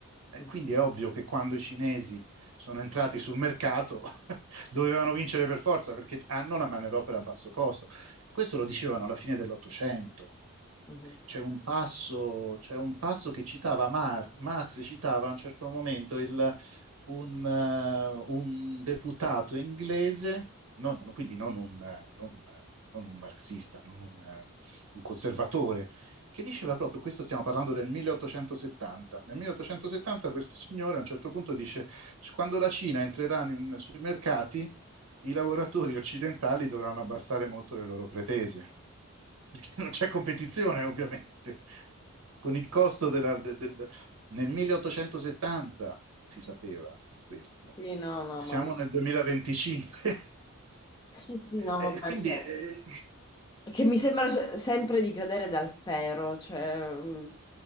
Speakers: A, on the right (about 75°); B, on the left (about 20°).
A: E
B: Mm,
A: quindi è ovvio che quando i cinesi sono entrati sul mercato <laughs> dovevano vincere per forza perché hanno una manodopera a basso costo. Questo lo dicevano alla fine dell'Ottocento
B: mhm.
A: c'è un passo, c'è un passo che citava Marx. Marx citava a un certo momento il- un, eh, un deputato inglese, non- quindi non un, eh, non- uh, non un marxista, non un, eh, un conservatore, che diceva proprio, questo stiamo parlando del 1870. Nel 1870 questo signore a un certo punto dice, quando la Cina entrerà in- sui mercati, i lavoratori occidentali dovranno abbassare molto le loro pretese perché non c'è competizione, ovviamente. Con il costo della, de- del, nel 1870 si sapeva questo.
B: Sì, no, no,
A: Siamo
B: ma...
A: nel 2025. <laughs>
B: Sì, sì, no,
A: Eh,
B: vabbè,
A: quindi,
B: che,
A: eh,
B: che mi sembra se- sempre di cadere dal pero, cioè mm,